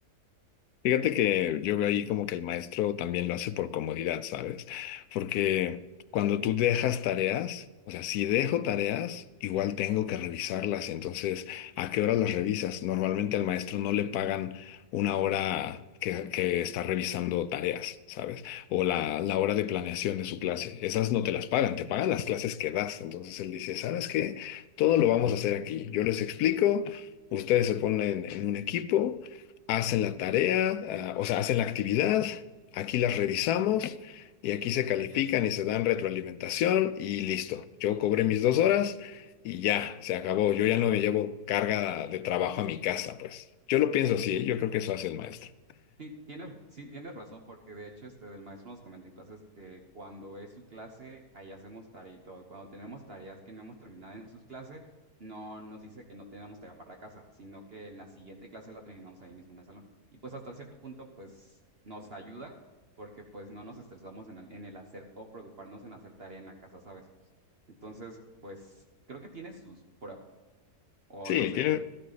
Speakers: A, on the left (about 75°); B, on the right (about 45°).
A: Fíjate que yo veo ahí como que el maestro también lo hace por comodidad, ¿sabes? Porque cuando tú dejas tareas, o sea, si dejo tareas, igual tengo que revisarlas. Entonces, ¿a qué hora las revisas? Normalmente al maestro no le pagan una hora que, que está revisando tareas, ¿sabes? O la, la hora de planeación de su clase. Esas no te las pagan, te pagan las clases que das. Entonces él dice, ¿sabes qué? Todo lo vamos a hacer aquí. Yo les explico. Ustedes se ponen en un equipo hacen la tarea, ah, o sea, hacen la actividad, aquí las
B: ¿sí?
A: revisamos y aquí se califican
B: Y es
A: y se dan retroalimentación y listo. Yo cobré mis dos horas y ya, se acabó. Yo ya no me llevo carga de trabajo a mi casa, pues. Yo lo pienso así, ¿eh? Yo creo que eso hace el maestro.
B: Sí, tienes, sí, tienes razón, porque de hecho este, el maestro nos comenta en clases que cuando es su clase, ahí hacemos tarea y todo. Y cuando tenemos tareas que no hemos terminado en sus clases, no nos dice que no tenemos tarea para casa, sino que en la siguiente clase la terminamos ahí mismo en el salón. Y pues hasta cierto punto, pues nos ayuda, porque pues no nos estresamos en el, en el hacer o preocuparnos en hacer tarea en la casa, ¿sabes? Entonces, pues creo que tiene sus pro, o
A: Sí,
B: no sé
A: tiene,
B: tú,